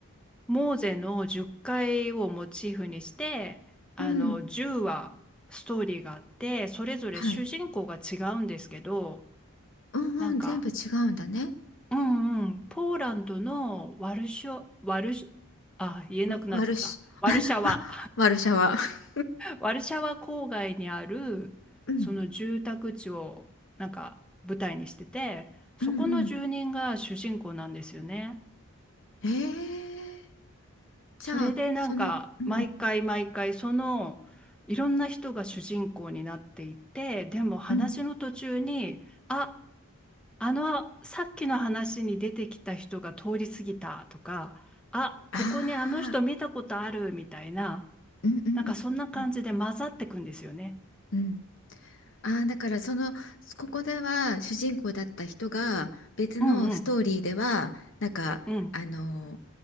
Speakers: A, in the centre; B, on the left.
A: モーゼの10回をモチーフにしてあの10話ストーリーがあってそれぞれ主人公が違うんですけど
B: うん。はい。うんうん、
A: なんか
B: 全部違うんだね。
A: うんうんポーランドのワルショワルシあ言えなくなっちゃったワルシャワ
B: うワルシ、<laughs> ワルシャワ <laughs>。
A: ワルシャワ郊外にあるその住宅地をなんか舞台にしててそこの住人が主人公なんですよね。
B: うん。うんうん。ええじゃあ、
A: それでなんか毎回毎回そのいろんな人が主人公になっていてでも話の途中に「あ
B: その、うんうんうん。うん。
A: あのさっきの話に出てきた人が通り過ぎた」とか「あここにあの人見たことある」みたいな
B: ああ、うんうんうんうん
A: なんかそんな感じで混ざってくんですよね。
B: うん。ああ、だからその、ここでは主人公だった人が別のストーリーでは、
A: うんうん
B: なんか、
A: うん
B: あの、